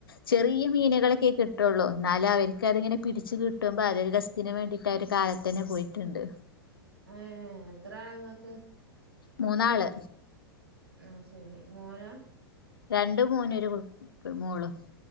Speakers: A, on the left (about 65°); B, on the right (about 80°).
A: ചെറിയ മീനുകളൊക്കെ കിട്ടുള്ളൂ ന്നാല അവർക്ക്തിങ്ങനെ പിടിച്ച് കിട്ടുമ്പോ അതൊരു റെസ്‌ തിന് വേണ്ടിയിട്ട് അവര് കാലത്ത് തന്നെ പോയിട്ടുണ്ട്
B: ഏഹ് എത്ര ആളങ്ങൾക്ക്
A: മൂന്നാള്
B: ആഹ് ശരി മോന
A: രണ്ട് മോനും ഒരു മോളും